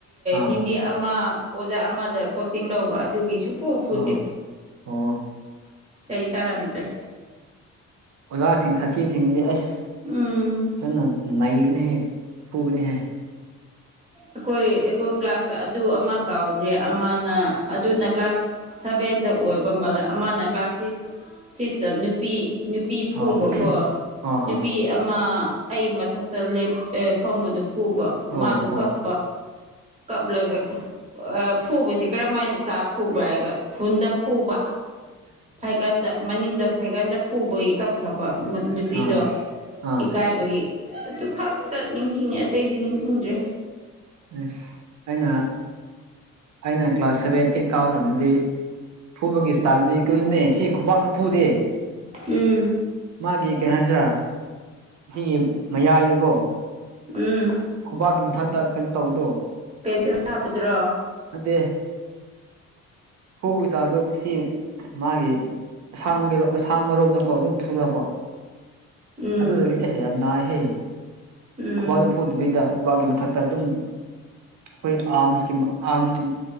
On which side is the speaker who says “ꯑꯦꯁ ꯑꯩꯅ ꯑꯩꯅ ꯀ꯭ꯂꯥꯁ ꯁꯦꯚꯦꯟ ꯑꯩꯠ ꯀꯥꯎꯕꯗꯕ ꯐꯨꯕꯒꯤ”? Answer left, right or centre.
Right